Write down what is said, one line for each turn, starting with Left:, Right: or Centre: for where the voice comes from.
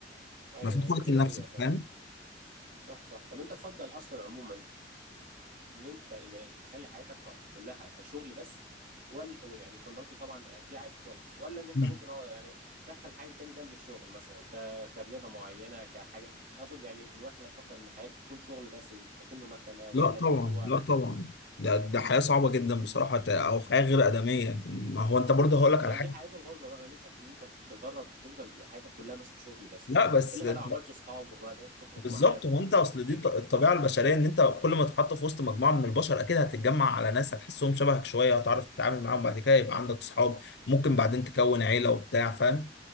Right: ايوه
Left: ما فيش
Right: ايوه
Left: وقت
Right: دي
Left: لنفسك
Right: حقيقة فعلا
Left: فاهم
Right: صح صح طب انت تفضل اصلا عموما ان انت ال- تخلي حياتك ك- كلها كشغل بس ولا يعني يكون برضه طبعا في عائد كويس ولا ان انت
Left: مم.
Right: ممكن اه يعني تدخل حاجة تاني جنب الشغل مثلا ك... كرياضة معينة كحاجة اقصد يعني الواحد هيفكر ان حياته تكون شغل بس ويبقى كأنه مكنة ولا
Left: لا طبعا
Right: ان هو
Left: لا طبعا ده ده حياة صعبة جدا بصراحة ت- أو حياة غير آدمية ما هو أنت برضه هقول لك
Right: ما
Left: على
Right: هي
Left: حاجة
Right: دي حياة الغربة بقى ان انت ان انت تتغرب هتفضل حياتك كلها بس شغل بس
Left: لا بس
Right: الا بقى
Left: أنت-
Right: لو عملت صحاب وبدأت تخرج
Left: بالظبط
Right: معاهم
Left: هو
Right: وتروح
Left: أنت أصل
Right: وتيجي
Left: دي الط-
Right: وكده
Left: الطبيعة البشرية إن أنت كل ما تتحط في وسط مجموعة من البشر أكيد هتتجمع على ناس هتحسهم شبهك شوية هتعرف تتعامل معاهم بعد كده يبقى عندك أصحاب ممكن بعدين تكون عيلة وبتاع فاهم